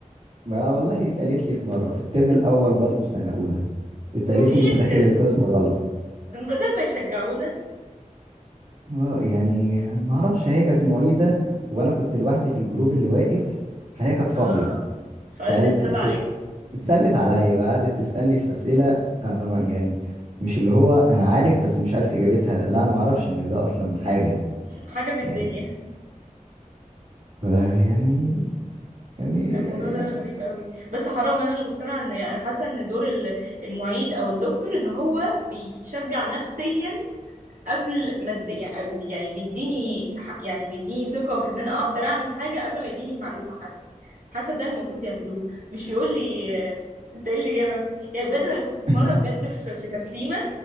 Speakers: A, on the right; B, on the right.
A: ما والله اتقالت لي في مره في الترم الاول برضو في سنه اولى اتقالت
B: هو في ايه
A: لي انت داخل
B: بجد
A: القسم غلط
B: ده بدل ما يشجعونا
A: اه يعني ما اعرفش هي كانت معيده وانا كنت لوحدي في الجروب اللي واقف فهي كانت فاضيه
B: اه فقالت
A: فقالت
B: تتسلى عليك
A: اتسلت عليا بقى قعدت تسألني في أسئلة أنا ما يعني مش اللي هو أنا عارف بس مش عارف إجابتها لا أنا ما أعرفش إن ده أصلا حاجة
B: <laughs> حاجه في الدنيا
A: يعني ف- يعني يعني
B: لا
A: يعني-
B: الموضوع ده غريب قوي بس حرام انا مش مقتنعه ان يعني حاسه ان دور ال- المعيد او الدكتور ان هو بيشجع نفسيا قبل ما اد- يعني يعني بيديني ح- يعني بيديني ثقة في ان انا اقدر اعمل حاجة قبل ما يديني المعلومة حتى حاسة ده المفروض يعملوه مش يقول لي آه، انت ايه اللي جابك يعني بجد انا كنت في
A: <laughs>
B: مرة بجد في, في تسليمة